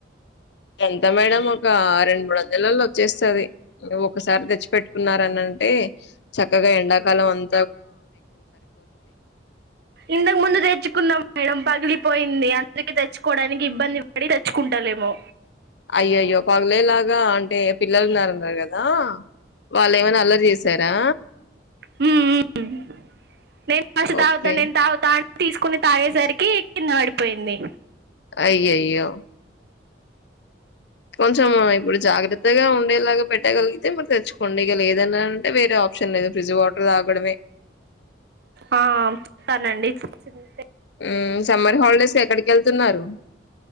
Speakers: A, on the left; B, on the right.
A: ఎంత మేడం ఒక రెండు మూడు వందలలో వచ్చేస్తది ఒకసారి తెచ్చిపెట్టుకున్నారని అంటే అంటే చక్కగా ఎండాకాలం అన్
B: ఇంతకు ముందు తెచ్చుకున్నాం మేడం పగిలిపోయింది అ అందుకే తెచ్చుకోవడానికి ఇబ్బంది పడి తెచ్చుకుంటలేము
A: అయ్యోయ్యో పగలేలాగా అంటే పిల్లలు ఉన్నారన్నారు కదా ఆ వాళ్ళు ఏమైనా అల్లరి చేసారా
B: హ్మ్మ్ నేను జ్యూసు తగలేన్
A: ఓకే
B: తాగుతా తీసుకుని తాగేసరికి కింద పడిపోయింది
A: అయ్యోయో కొంచం ఇప్పుడు జాగ్రత్తగా ఉండేలాగ పెట్టగలిగితే మరి తెచ్చుకోండి ఇక లేదని అంటే వేరే ఆప్షన్ లేదు ఫ్రిడ్జ్ వాటర్ తాగడమే
B: ఆ వేస్తానండి సర్
A: మ్మ్ సమ్మర్ హాలిడేస్ ఎక్కడికి వెళ్తున్నారు